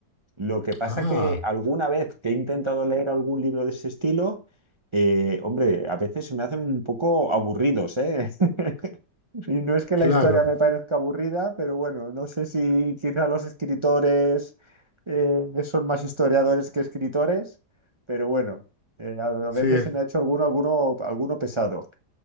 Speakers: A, on the right; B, on the left.
A: Lo que pasa
B: Ah,
A: que alguna vez que he intentado leer algún libro de ese estilo, eh, hombre, a veces se me hacen un poco aburridos, ¿eh? <laughs> Y no es que
B: claro,
A: la historia me parezca aburrida, pero bueno, no sé si quizá los escritores eh, son más historiadores que escritores, pero bueno, eh, a, a
B: sí,
A: veces
B: es-
A: se me ha hecho alguno, alguno, alguno pesado.